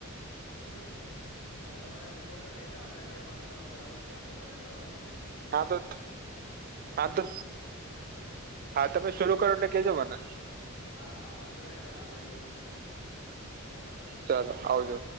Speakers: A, on the left; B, on the right.
A: હમ. હા તમારે મૂકવો હોય તો કેજો આપડે અગિયાર બાર નું ચાલુ કરાવવું જ છે આમે ત્રણે સ્ટ્રીમનું.
B: હા તો હા તો હા તમે શરૂ કરો એટલે કેજો મને.
A: હા હા વાંધો નહી ભાઈ હા મળીએ, એ હા ભાઈ.
B: ચાલો
A: હા
B: આવજો.